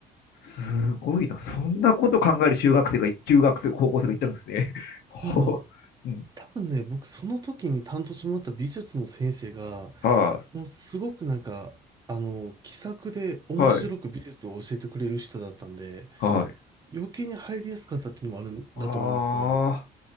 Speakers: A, on the left (about 70°); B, on the right (about 25°).
A: すごいな。そんなこと考える中学生が、中学生、高校生がいたんですね。<laughs> ほう、
B: あの、
A: うん。
B: 多分ね、僕その時に担当してもらった美術の先生が、
A: は
B: もうすごくなんか、あの、気さくで面白く美術を教えてくれる人だったんで、
A: い、はい、はい。
B: 余計に入りやすかったっていうのもあるんだと思うんですけど、
A: ああ、